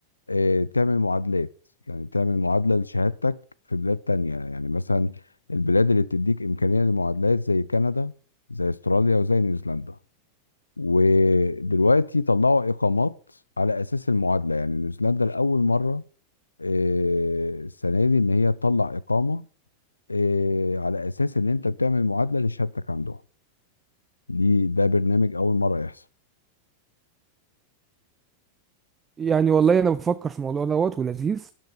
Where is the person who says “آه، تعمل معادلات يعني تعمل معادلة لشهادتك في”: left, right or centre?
Left